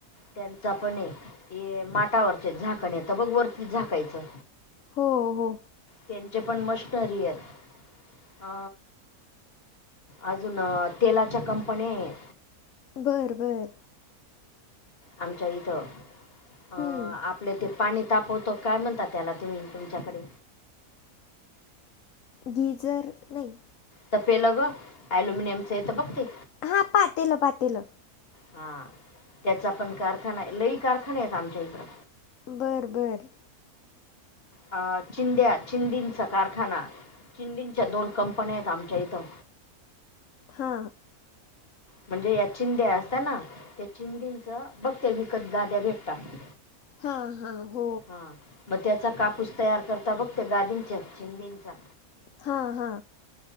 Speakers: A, on the left (about 40°); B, on the left (about 60°).
A: त्यांचा पण ए. त्ये माटावरचं झाकण येतं बघ वरती झाकायचं
B: हो, हो.
A: त्यांचे पण मशटरी हेत, हा. अजून, तेलाच्या कंपन्या हेत.
B: बर, बर.
A: आमच्या इथं, अं...
B: हं.
A: आप आपलं ते पाणी तापवतो, काय म्हणता त्याला, तुम्ही तुमच्याकडे?
B: गीजर, नाई.
A: तपेलं गं... ॲल्युमिनियमचं येतं बघ ते.
B: हा, पातेलं, पातेलं.
A: हा, त्याचा पण कारखाना ए. लई कारखाने हेत आमच्या इकडं.
B: बर, बर.
A: अं, चिंद्या... चिंधिचा कारखाना, चिंधिंच्या दोन कंपन्या हेत आमच्या इथं.
B: हा.
A: म्हणजे या चिंद्या असता ना... त्या चिंधिचं, बघ ते विकत गाद्या भेटतात.
B: हा हा, हो.
A: हा, मग त्याचा कापूस तयार करता बघ, त्या गादींच्या चिंधीचा.
B: हा हा.